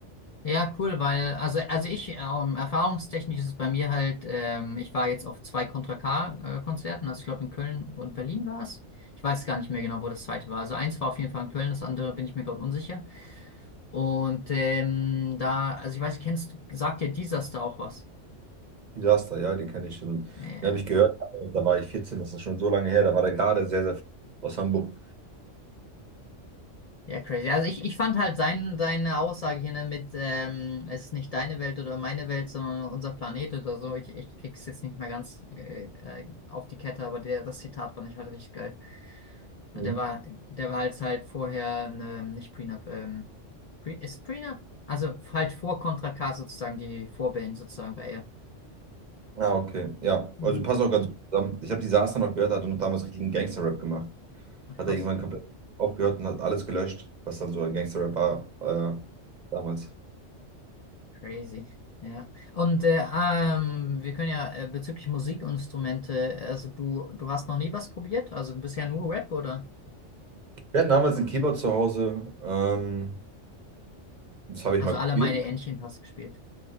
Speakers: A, on the left; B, on the right.
A: Ja, cool, weil, also, also ich, ähm, erfahrungstechnisch ist es bei mir halt, ähm, ich war jetzt auf zwei Contra K-Konzerten, also ich glaube in Köln und Berlin war es. Ich weiß gar nicht mehr genau, wo das zweite war. Also eins war auf jeden Fall in Köln, das andere bin ich mir gerade unsicher. Und ähm, da, also ich weiß nicht, kennst du, sagt dir Disaster auch was?
B: Disaster, ja, den kenne ich schon.
A: Ja,
B: Den habe ich gehört, aber da war ich 14, das ist schon so lange her, da war der gerade sehr, sehr aus Hamburg.
A: ja, crazy. Also ich, ich fand halt sein, seine Aussage hier, ne, mit, ähm, es ist nicht deine Welt oder meine Welt, sondern unser Planet oder so. Ich, ich krieg's jetzt nicht mehr ganz äh, äh, auf die Kette, aber der, das Zitat fand ich halt richtig geil. Der
B: Mhm.
A: war, der war halt halt vorher ne, nicht Prenup, ähm, Pre, ist Prenup? Also halt vor Contra K sozusagen, die Vorband sozusagen bei ihr.
B: Ah, okay. Ja,
A: Ne,
B: also passt auch ganz gut zusammen. Ich habe Disaster noch gehört, hat und damals richtigen Gangster-Rap gemacht. Hat
A: krass,
B: er irgendwann komplett aufgehört und hat alles gelöscht, was dann so ein Gangster-Rap war äh, damals.
A: crazy. Ja. Und äh, ähm, wir können ja äh, bezüglich Musikinstrumente, also du, du hast noch nie was probiert? Also bisher nur Rap oder?
B: Wir hatten damals einen Keyboard zu Hause. Ähm, das habe
A: Also
B: ich mal
A: alle
B: gespielt,
A: meine Entchen hast gespielt.